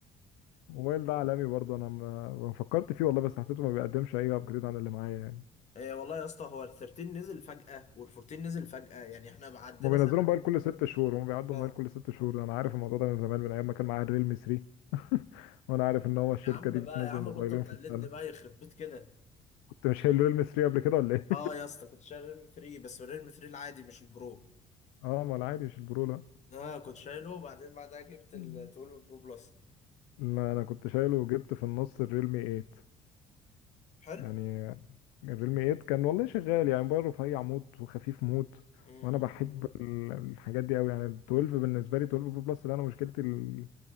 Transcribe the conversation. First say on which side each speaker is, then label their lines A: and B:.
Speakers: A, on the left; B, on the left.
A: الموبايل ده عالمي برضه انا ما ما فكرت فيه والله بس حسيته ما بيقدمش اي ابجريد عن اللي معايا يعني
B: إيه والله يا اسطى هو ال 13 نزل فجأة وال 14 نزل فجأة يعني احنا عدينا
A: هم بينزلوا
B: سنة
A: موبايل كل ست شهور هم بيعدوا
B: اه
A: موبايل كل ست شهور انا عارف الموضوع ده من زمان من ايام ما كان معايا الريلمي 3 <laughs> وانا عارف ان هو الشركه
B: يا عم
A: دي بتنزل
B: بقى يا عم
A: موبايلين
B: بطل
A: في
B: تقلدني
A: السنه
B: بقى يخرب بيت كده
A: كنت مش شايل الريلمي 3 قبل كده ولا ايه
B: اه يا اسطى كنت شايل ريلمي 3 بس الريلمي 3 العادي مش البرو
A: <laughs> اه ما العادي مش البرو لا
B: اه كنت شايله وبعدين بعدها جبت ال
A: مم.
B: 12 برو بلس
A: ما انا كنت شايله وجبت في النص الريلمي 8
B: حلو
A: يعني الريلمي 8 كان والله شغال يعني موبايل رفيع موت وخفيف موت
B: امم
A: وانا بحب ال- الحاجات دي قوي يعني ال 12 بالنسبه لي 12 برو بلس ده انا مشكلتي ال-